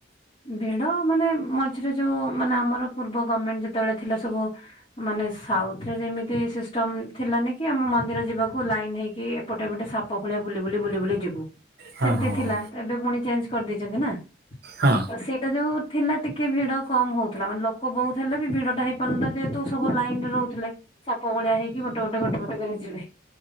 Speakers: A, on the left (about 30°); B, on the right (about 55°).
A: ଭିଡ ମାନେ ମଝିରେ ଯୋଉ ମାନେ ଆମର ପୂର୍ବ ଗଭର୍ଣ୍ଣମେଣ୍ଟ ଯେତେବେଳେ ଥିଲା ସବୁ ମାନେ ସାଉଥ ରେ ଯେମିତି ସିଷ୍ଟମ ଥିଲାନି କି ଆମେ ମନ୍ଦିର ଯିବାକୁ ଲାଇନ୍ ହେଇକି ଏପଟେ ପଟେ ସା ପ ଭଳିଆ ବୁ ବୁଲି ବୁ ବୁଲି ଯିବୁ
B: ହଁ
A: ସେମିତି
B: ହଁ ହଁ।
A: ଥିଲା ଏବେ ପୁଣି ଚେଞ୍ଜ କରିଦେଇଛନ୍ତି ନା।
B: ହଁ।
A: ତ ସେଇଟା ଯୋଉ ଥିଲା ଟିକେ ଭିଡ କମ ହଉଥିଲା ମାନେ ଲୋକ ବହୁତ ହେଲେ ବି ଭିଡ ଟା ହେଇପାରୁନତା ଯେହେତୁ ସବୁ ଲାଇନ ରେ ରହୁଥିଲେ ସାପ ଭଳିଆ ହେଇକି ଗୋଟେ ଗୋଟେ ଗୋଟେ ଗୋଟେ କରି ଯିବେ।